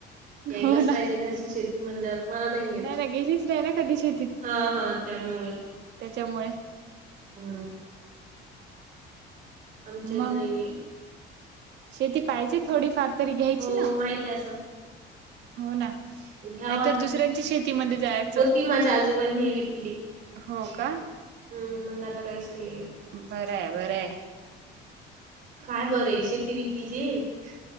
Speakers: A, on the right; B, on the right.
A: यायलाच
B: हो ना
A: पाहिजे घरची शेती म्हणल्यावर. मला नाही येत.
B: ना गेलीच नाही ना कधी शेतीत
A: हा हा. त्यामुळे.
B: त्याच्यामुळे.
A: हम्म. आमच्या इथ
B: मग
A: नाही बाई.
B: शेती पाहिजे थोडी फार तरी. घ्यायची
A: हो
B: ना.
A: माहिती आहे असं
B: हो ना.
A: घ्याव
B: नाही
A: आता
B: तर दुसऱ्यांची शेती ती मंधी जायाच.
A: होती. माझ्या आजोबांनी विकली.
B: हो का
A: हम्म मंग आता काहीच नाहीये.
B: बरं आहे बरं आहे
A: काय बरे शेती विकली ते.